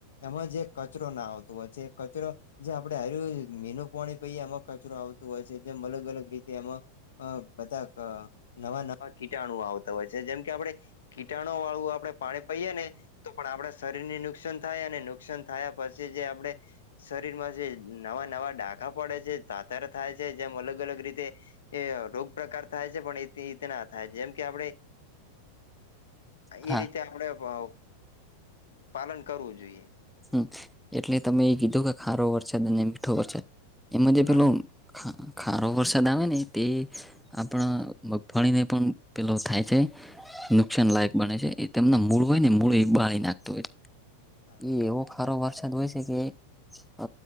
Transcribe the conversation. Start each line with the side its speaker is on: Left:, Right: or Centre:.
Left: એમાં જે કચરો ના આવતો હોય છે એ કચરો જે આપણે આયુર્વેદિક મીનું પાણી પીએ એમાં કચરો આવતું હોય છે જેમ અલગ-અલગ રીતે એમાં અ બધા ક નવાં-નવાં કીટાણુ આવતા હોય છે જેમ કે આપણે કીટાણુવાળું આપણે પાણી પહીએ ને તો પણ આપણા શરીરને નુકસાન થાય અને નુકસાન થાયા પછી જે આપણે શરીરમાં નવાં-નવાં ડાઘા પડે છે, ધાધર થાય છે જેમ અલગ-અલગ રીતે એ રોગ પ્રકાર થાય છે, પણ એ તે ના થાય જેમ કે આપણે
Centre: <unintelligible> <inaudible> હા
Left: એ રીતે આપણે અ પાલન કરવું જોઈએ.
Centre: હમ્મ, એટલે તમે એ કીધું કે ખારો વરસાદ અને મીઠો વરસાદ એમાં જે
Left: હા
Centre: પેલો ખા ખારો વરસાદ આવે ને તે આપણા
Left: હા હા
Centre: મ ભણીને પણ પેલો થાય છે. નુકસાન લાયક બને છે, એ તેમના મૂળ હોય ને મૂળ એ બાળી નાખતું હોય.
Left: હા
Centre: એ એવો ખારો વરસાદ હોય છે કે અ